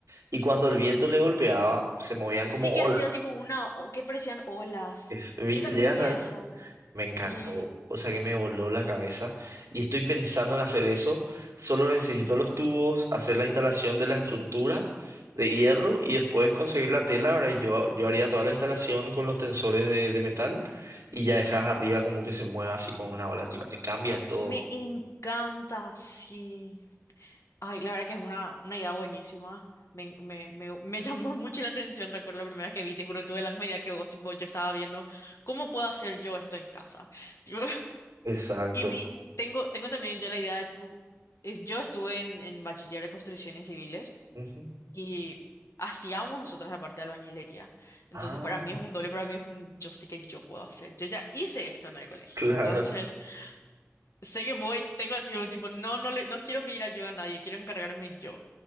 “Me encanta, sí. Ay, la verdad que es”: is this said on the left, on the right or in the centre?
Left